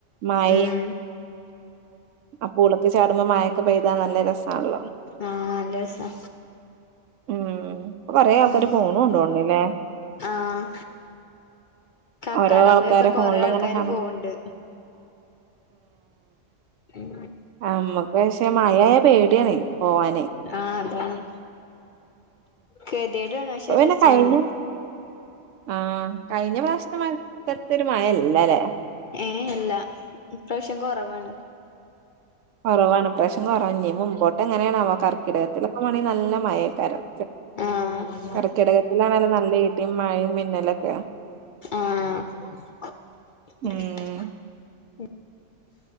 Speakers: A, on the right; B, on the left.
A: മയിം.
B: ഉം
A: ആ പുള്ക്ക് ചാടുമ്പോ മയൊക്കെ പെയ്താൽ നല്ല രസാണല്ലോ.
B: ആഹ് നല്ലരസാ.
A: ഉം ഇപ്പൊ കൊറേ ആൾക്കാര്
B: ഉം
A: പോണുണ്ട് തോന്നുന്നുല്ലേ
B: ആഹ്. കക്കാടം
A: ഓരോ ആൾക്കാരെ
B: പൊയേക്കെ കൊറേ
A: ഫോണിൽ
B: ആൾക്കാര്
A: ഇങ്ങനെ കാണാം
B: പോവ്ണ്ട്. ഉം.
A: നമ്മുക്ക് പക്ഷെ മഴായ പേടിയാണ് പോവാന്.
B: ആഹ് അതാണ് കേട്ടീട്ടാണ് പക്ഷെ
A: ഇപ്പൊ പിന്നെ
B: രസാണ്.
A: കഴിഞ്ഞ ആഹ് കഴിഞ്ഞ പ്രാവ്ശ്യത്തെ മയക്കൊത്ത ഒരു മഴല്ലലേ.
B: ഏഹ് അല്ല ഇപ്രാശ്യം കൊറവാണ്.
A: കൊറവാണ് ഇപ്രാശ്യം കൊറവന്നേ മുമ്പോട്ട് എങ്ങനെയാണാവോ കർക്കിടകത്തിലൊക്കെ മാണെങ്കി നല്ല മയേക്കാരം.
B: ആഹ്
A: കർക്കിടകത്തിലാണല്ലൊ നല്ല ഇടിയും മഴയും മിന്നലൊക്കെ.
B: ആഹ്.
A: ഉം